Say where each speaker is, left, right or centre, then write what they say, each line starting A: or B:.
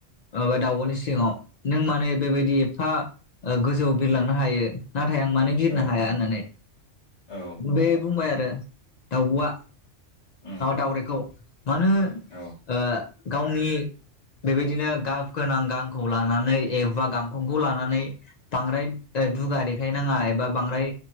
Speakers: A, on the left; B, on the left.
A: ा दाउब'नि सिगाङाव नों माने बेबायदि एफा गोजौ बिरलांनो हायो नाथाय आं मानो बिरनो
B: औ
A: हाया होननानै
B: औ
A: बे बुंबाय आरो दाउब'आा
B: उम,
A: दाउरायाइखौ मानो
B: औ
A: ओ गावनि बेबायदिनो गाब गोनां गांखौ लानानै एबा गां गंग' लानानै बांग्राय ओ दुगा देखाय नङा एबा बांग्राय